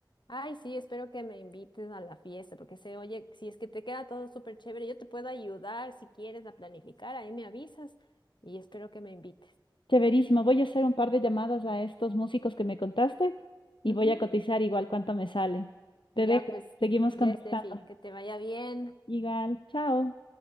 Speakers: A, on the left; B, on the left.
A: Ay, sí, espero que me invites a la fiesta porque se oye, si es que te queda todo súper chévere, yo te puedo ayudar si quieres a planificar, ahí me avisas y espero que me invites.
B: Chéverísimo, voy a hacer un par de llamadas a estos músicos que me contaste y
A: Ujú.
B: voy a cotizar igual cuánto me sale. Te
A: Ya
B: dejo,
A: pues,
B: seguimos
A: ya
B: conversando.
A: Steffi, que te vaya bien.
B: Igual, chao.